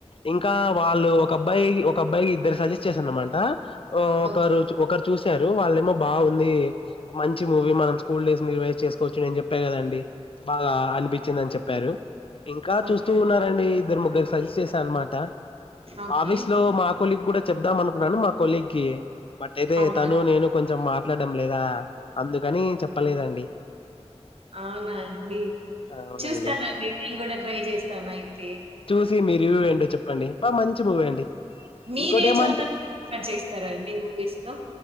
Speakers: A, on the left; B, on the right.
A: ఇంకా వాళ్ళు ఒక అబ్బాయి ఒక అబ్బాయికి ఇద్దరు సజెస్ట్ చేసారనమాటా ఒకరోజు
B: ఓకే.
A: ఒకరు చూసారు వాళ్ళేమో బాగుంది మంచి మూవీ మనం స్కూల్ డేస్ ని రివైజ్ చేసుకోవచ్చు నేన్ చెప్పా కదండి బాగా అనిపించిందని చెప్పారు ఇంకా చూస్తూ
B: ఓకే.
A: ఉన్నారండి ఇద్దరు ముగ్గురికి సజెస్ట్ చేశా అనమాట
B: ఓకే.
A: ఆఫీస్ లో మా కొలీగ్ కూడా చెప్దాం అనుకున్నాను మా కొలీగ్కి బట్ అయితే
B: అవునా?
A: తను నేను కొంచెం మాట్లాడడం లేదా ఆ అందుకని చెప్పలేదండి
B: అవునా అండి
A: అవునండి
B: చూస్తానండి నేను కూడా ట్రై చేస్తాను అయితే
A: సి మీ రివ్యూ ఏంటో చెప్పండి బా మంచి మూవీ అండి
B: మీరే
A: ఇంకోటి ఏమంటే
B: జోనర్ ఎక్కువగా చూస్తారండి మూవీస్ లో